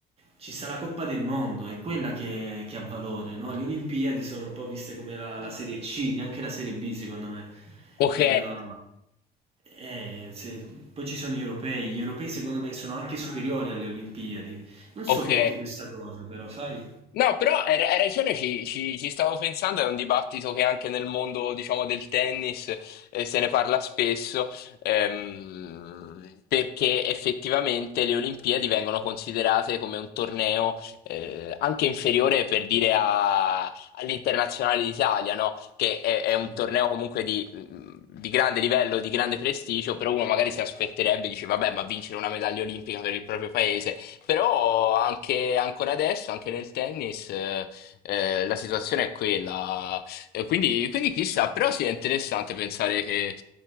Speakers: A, on the right; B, on the left.
A: ci sta la Coppa del Mondo, è quella che, che ha valore, no? Le Olimpiadi sono un po' viste come la, la Serie C, neanche la Serie B, secondo me.
B: Ok,
A: Del- eh, se- poi ci sono gli europei, gli europei secondo me sono anche superiori alle Olimpiadi. Non
B: ok.
A: so perché questa cosa, però, sai?
B: No, però hai hai ragione, ci, ci- ci stavo pensando, è un dibattito che anche nel mondo, diciamo, del tennis eh, se ne parla spesso, ehm, perché effettivamente le Olimpiadi vengono considerate come un torneo eh, anche inferiore per dire a- all'Internazionale d'Italia, no? Che è, è
A: Sì,
B: un torneo comunque di, mm, di grande livello, di grande prestigio, però uno magari si aspetterebbe, dice, vabbè, ma vincere una medaglia olimpica per il proprio paese. Però anche ancora adesso, anche nel tennis, eh, eh, la situazione è quella. E quindi, quindi chissà, però sì, è interessante pensare che